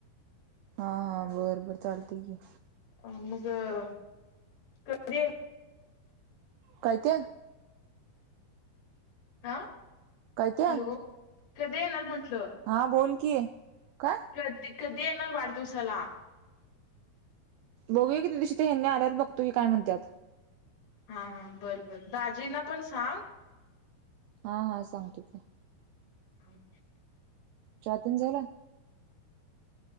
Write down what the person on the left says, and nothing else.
अ मगं कधी याय
हा हॅलो!
कधी येणार म्हंटलं?
कध कधी येणार वाढदिवसाला?
हां, हां बरं, बर दाजींना पण सांग.
<inaudible>